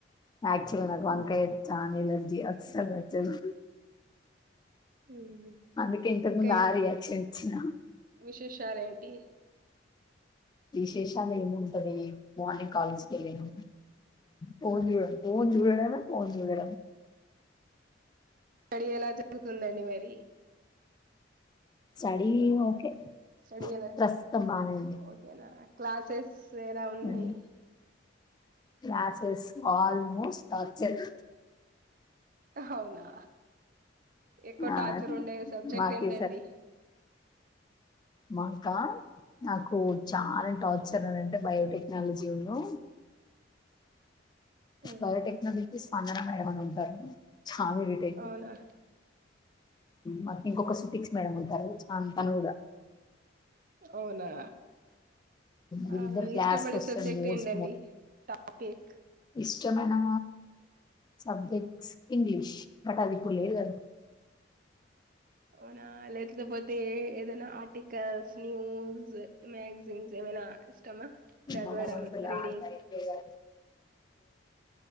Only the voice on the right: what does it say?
ఉమ్.
ఇంకా
విశాల్ ఏంటీ
ఆ
అడి ఎలా జ గుతుందండి మరి
స్టడి ఎలా
ఓకేనా క్లాసెస్ సేరా ఉన్నాయ్
హవునా ఎక్కువ
టార్చర్ ఉండే సబ్జెక్ట్
ఏంటండి
ఉమ్,
అవునా
అవునా
ఓనా
ఆ
ఇష్టపడే
సబ్జెక్ట్
ఏంటండి టాపిక్
ఔనా లేతుల పోతే ఏదన్నా ఇగ స్నూజ్ మాక్సింస్ ఏమైనా ఇష్టమా చదవడం
రీడింగ్